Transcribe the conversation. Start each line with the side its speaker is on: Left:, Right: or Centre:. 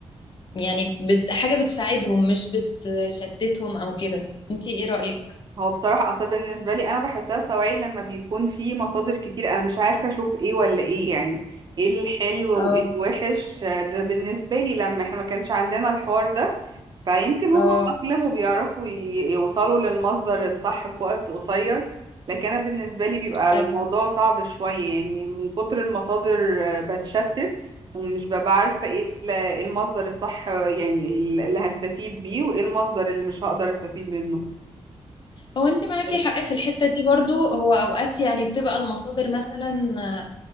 Left: يعني بت حاجة بتساعدهم مش بتشتتهم او كده انتي ايه رأيك؟
Right: هو بصراحة آثار بالنسبة لي أنا بحسها سواعي لما بيكون في مصادر كتير أنا مش عارفة أشوف إيه ولا إيه يعني إيه الحلو
Left: اه
Right: وإيه الوحش آه، ده بالنسبة لي لما إحنا ما كانش عندنا الحوار ده فيمكن هم
Left: اه
Right: اتأقلموا بيعرفوا ي- يوصلوا للمصدر الصح في وقت قصير لكن أنا بالنسبة لي بيبقى الموضوع
Left: أيوة.
Right: صعب شوية يعني من كتر المصادر آه، بتشتت ومش ببقى عارفة إيه ال- إيه المصدر الصح آه، يعني ال- اللي هستفيد بيه وإيه المصدر اللي مش هقدر أستفيد منه
Left: هو انت معاكي
Right: بس.
Left: حق في الحتة دي برضو هو اوقات يعني بتبقى المصادر مثلا آه،